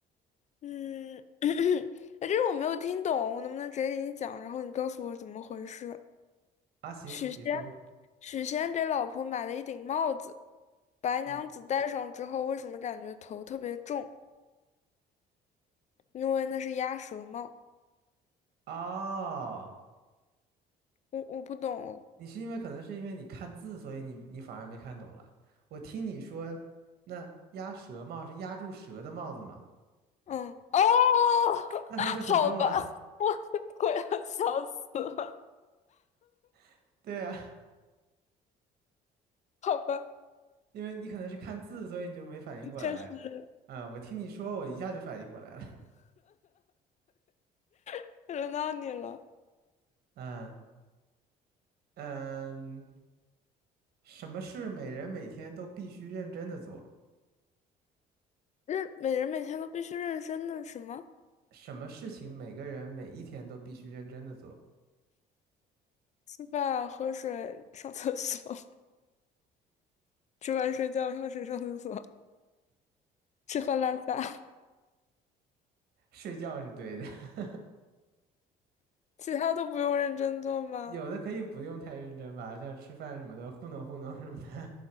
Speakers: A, on the left (about 45°); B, on the right (about 65°).
A: 嗯，<clears throat> 哎，这个我没有听懂，我能不能直接给你讲？然后你告诉我怎么回事？
B: 啊，行，
A: 许仙，
B: 你说，
A: 许仙给老婆买了一顶帽子，白娘子戴上之后，
B: 嗯，
A: 为什么感觉头特别重？因为那是鸭舌帽。
B: 哦，
A: 我我不懂哦
B: 你是因为可能是因为你看字，所以你你反而没看懂了。我听你说，那鸭舌帽是压住蛇的帽子嘛？
A: 嗯，哦，<laughs>
B: 那它就很重了，
A: 好吧，<laughs> 我我要笑死了，
B: <laughs> 对呀，
A: 好吧，
B: 因为你可能是看字，所以你就没反应过来。
A: 确实，
B: 嗯，我听你说，我一下就反应过来了。
A: <laughs> 轮到你了。
B: 嗯嗯，什么事每人每天都必须认真的做？
A: 认，每人每天都必须认真的什么？
B: 什么事情每个人每一天都必须认真的做？
A: 吃饭、喝水、上厕所，<laughs> 吃饭、睡觉、喝水、上厕所，吃喝拉撒，
B: 睡觉是对的，<laughs>
A: <laughs> 其他都不用认真做吗？
B: 有的可以不用太认真吧，像吃饭什么的，糊弄糊弄什么的。